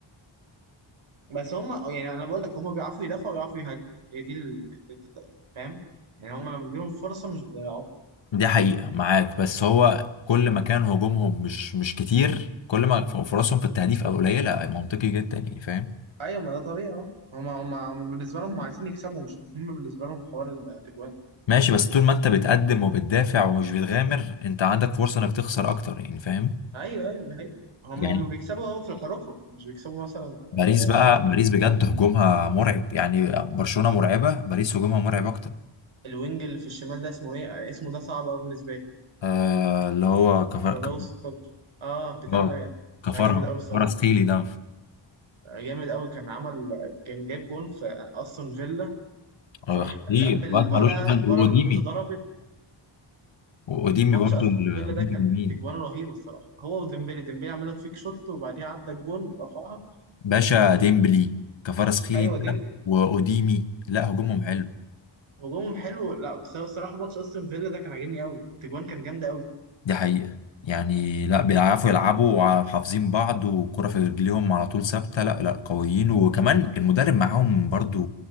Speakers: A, on the right (about 85°); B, on the left (about 70°).
A: بس هم يعني انا بقول لك هم بيعرفوا يدافعوا ويعرفوا يهاجموا هي دي ال- اللي انت فاهم يعني هم لما بيجيلهم فرصه مش بيضيعوها
B: دي حقيقة معاك بس هو كل ما كان هجومهم مش مش كتير كل ما فرصهم في التهديف او قليلة منطقي جدا يعني فاهم
A: ايوه ما ده طبيعي اه هم هم هم بالنسبه لهم عايزين يكسبوا مش مهم بالنسبه لهم حوار التجوان
B: ماشي بس طول ما انت بتقدم وبتدافع ومش بتغامر انت عندك فرصة انك تخسر اكتر يعني فاهم
A: ايوه ايوه دي حقيقة هم
B: يعني
A: هم بيكسبوا اهو في الحركة مش بيكسبوا مثلا
B: باريس
A: بفرق
B: بقى باريس بجد هجومها مرعب يعني برشلونة مرعبة باريس هجومها مرعب اكتر
A: الوينج اللي في الشمال ده اسمه ايه اسمه ده صعب قوي بالنسبه لي
B: آه اللي هو كفر
A: فلوس
B: كفر
A: اه بتاع
B: كفر
A: ده
B: كفارة-
A: ده جامد قوي الصراحه
B: كفارة سخيلي ده
A: جامد قوي كان عمل كان جايب جون في استون فيلا صراحه
B: اه خطير
A: لم الولا
B: واد ملوش حل
A: ولا
B: واوديمي
A: ركبته ضربت
B: واوديمي
A: ماتش
B: برضو
A: استون
B: الوينج
A: فيلا ده كان
B: اليمين
A: تجوانه رهيبه الصراحه هو وديمبلي ديمبلي عمل لك فيك شوت وبعديها عدى الجون ورفعها
B: باشا ديمبلي كفارس خيلي
A: ايوه
B: ده
A: ديمبلي
B: واوديمي لا هجومهم حلو
A: هجومهم حلو لا بس هو الصراحه ماتش استون فيلا ده كان عاجبني قوي التجوان كان جامده قوي
B: دي حقيقة يعني لا بيعرفوا يلعبوا وحافظين بعض والكرة في رجليهم على طول ثابتة لا لا قويين وكمان المدرب معاهم برضو